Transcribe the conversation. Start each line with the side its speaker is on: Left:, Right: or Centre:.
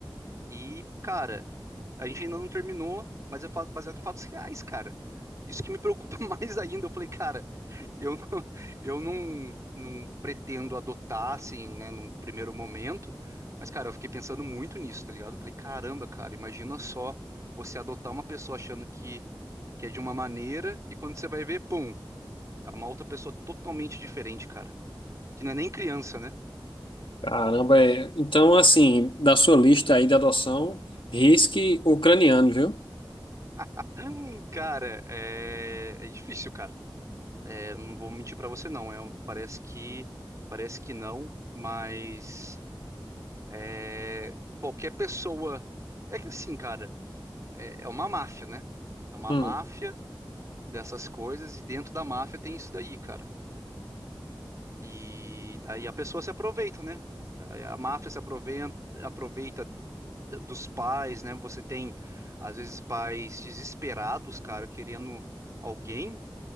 Right: E, cara, a gente ainda não terminou, mas é fa- baseado em fatos reais, cara. Isso que me preocupa <laughs> mais ainda. Eu falei, cara, eu não, eu não, não pretendo adotar, assim, né, num primeiro momento. Mas, cara, eu fiquei pensando muito nisso, tá ligado? Eu falei, caramba, cara, imagina só você adotar uma pessoa achando que, que é de uma maneira e quando você vai ver, pum, é uma outra pessoa totalmente diferente, cara. Que não é nem criança, né?
Left: caramba. é. Então, assim, da sua lista aí de adoção, risque ucraniano, viu?
Right: <gasps> <laughs> Cara, é, é difícil, cara. É, não vou mentir pra você não, é- parece que parece que não, mas é, qualquer pessoa é que assim, cara, é, é uma máfia, né? É uma
Left: Hum,
Right: máfia dessas coisas e dentro da máfia tem isso daí, cara. E daí a pessoa se aproveita, né? A, a máfia se aproveita, aproveita d- dos pais, né? Você tem às vezes pais desesperados, cara, querendo alguém